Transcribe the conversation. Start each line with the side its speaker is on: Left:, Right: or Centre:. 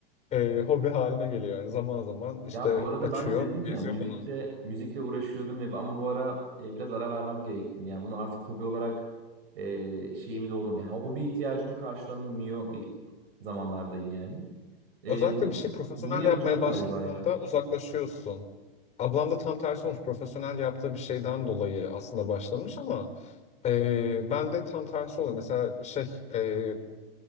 Left: e, hobi haline geliyor. Yani zaman zaman işte
Right: Ya bu arada
Left: açıyor,
Right: ben de dedim ya
Left: geziyor
Right: müzikle
Left: falan.
Right: müzikle uğraşıyordum ve ama bu ara e, biraz ara vermem gerektiğini. Yani bunu artık hobi olarak e, şeyimi doldurmuyor. Yani hobi ihtiyacımı karşılamıyor bir zamanlardayım yani. E,
Left: Özellikle
Right: bunu
Left: bir şey profesyonel
Right: bunu yapacağım
Left: yapmaya başladığında
Right: galiba ya.
Left: uzaklaşıyorsun. Ablam da tam tersi olmuş. Profesyonel yaptığı bir şeyden dolayı aslında başlamış ama e, ben de tam tersi oluyor. Mesela şey e,